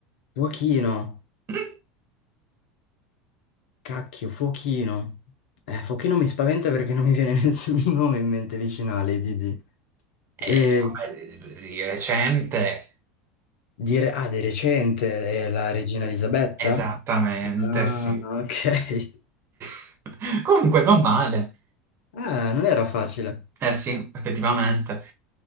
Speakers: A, on the left; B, on the right.
A: Fuochino,
B: <laughs>
A: cacchio, Fuochino. Eh, Fuochino mi spaventa perché non mi viene <laughs> nessun nome in mente vicino a Lady D.
B: Eh,
A: Eh,
B: vabbè, di recente,
A: dire, ah, di recente, eh, la regina Elisabetta?
B: esattamente,
A: Ah,
B: sì.
A: <laughs> ok.
B: <laughs> Comunque non male,
A: Ah, non era facile.
B: eh sì, effettivamente.